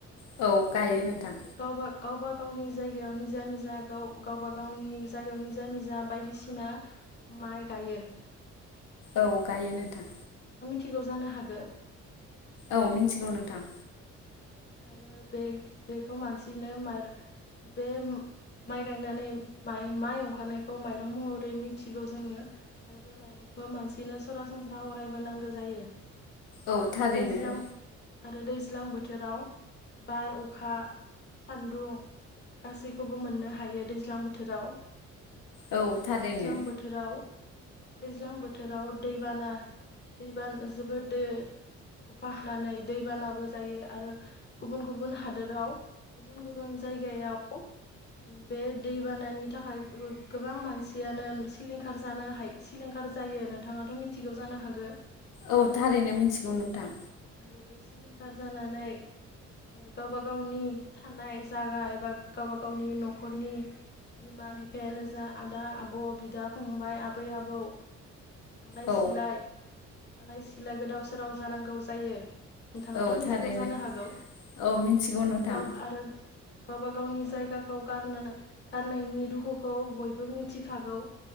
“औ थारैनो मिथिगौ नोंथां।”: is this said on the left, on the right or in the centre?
Left